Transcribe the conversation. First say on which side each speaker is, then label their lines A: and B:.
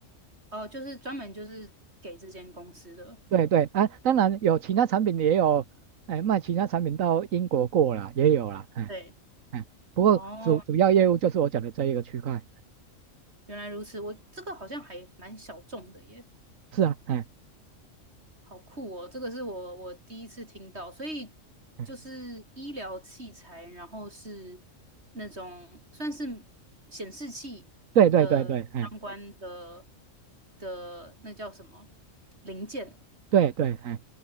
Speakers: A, on the right; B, on the right.
A: 哦，就是专门就是给这间公司的？
B: 对对，哎，当然有其他产品也有，哎，卖其他产品到英国过了也有了，哎
A: 对，
B: 哎，不过主主要业务就是我讲的这一个区块。
A: 哦，原来如此。我这个好像还蛮小众的耶，
B: 是啊，哎，
A: 好酷哦！这个是我我第一次听到，所以就是医疗器材，
B: 哎
A: 然后是那种算是显示器的相关的
B: 对对对对，哎。
A: 的那叫什么零件？
B: 对对，哎，